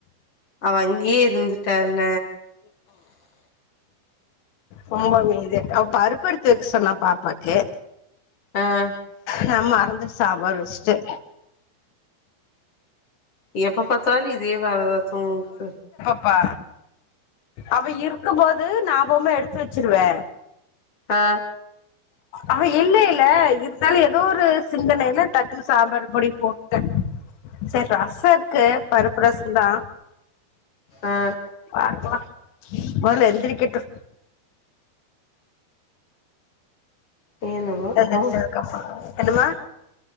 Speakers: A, on the left (about 35°); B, on the left (about 80°).
A: அவ அங்கேயே இருந்துட்டால
B: ரொம்பவே இது அவ பருப்பெடுத்து வெக்க சொன்னா பாப்பாக்கு
A: ஆஹ்
B: நா மறந்துட்டு சாப்பாடு வெச்சுட்ட
A: எப்ப பத்தாலு இ இதே வேல தா அத்த உங்களுக்கு
B: ப்பா அவ இருக்கு போது நாபொமே எடுத்து வச்சிருவே
A: ஆ
B: ஆ இல்ல இல்ல இருந்தாலு ஏதோ ஒரு சிந்தனையில டக்குன்னு சாம்பார் பொடி போட்டே சரி ரச இருக்கு பருப்பு ரச தா
A: ஆ
B: பாக்கலா மொதல்ல எந்திரிக்கட்டு
A: என்னமோ
B: எந்திரிச்சதுக்கு
A: போங்க
B: அப்புறோ என்னம்மா